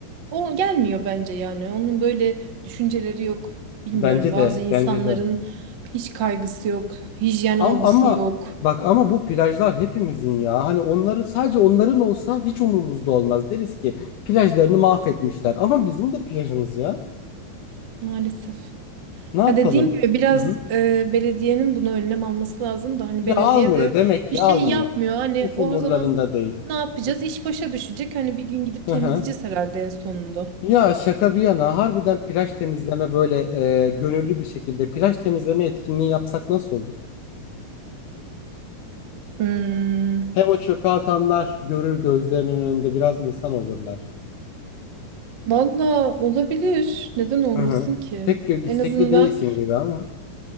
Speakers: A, on the right; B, on the left.
A: O gelmiyor bence yani. Onun böyle düşünceleri yok. Bilmiyorum.
B: Bence
A: Bazı
B: de,
A: insanların
B: bence de.
A: hiç kaygısı yok, hijyen
B: Am-
A: algısı
B: Ama,
A: yok.
B: bak ama bu plajlar hepimizin ya. Hani onların sadece onların olsa hiç umurumuzda olmaz. Deriz ki plajlarını mahvetmişler. Ama bizim de plajımız ya.
A: Maalesef.
B: Ne yapalım?
A: Ha dediğin gibi biraz
B: Hı hı.
A: e, belediyenin buna önlem alması lazım da hani
B: Ya
A: belediye
B: almıyor
A: de
B: demek ki
A: bir şey
B: almıyor.
A: yapmıyor. Hani
B: Hiç
A: o
B: umurlarında
A: zaman
B: değil.
A: ne yapacağız?
B: Hı
A: İş başa düşecek. Hani bir gün gidip
B: hı.
A: temizleyeceğiz
B: hı.
A: herhalde en sonunda.
B: Ya şaka bir yana harbiden plaj temizleme böyle e, gönüllü bir şekilde plaj temizleme etkinliği yapsak nasıl olur?
A: Hmm,
B: Hem o çöpe atanlar görür gözlerinin önünde biraz insan olurlar.
A: valla olabilir. Neden olmasın
B: Hı hı.
A: ki?
B: Pek gö- istekli
A: En azından
B: değilsin gibi ama.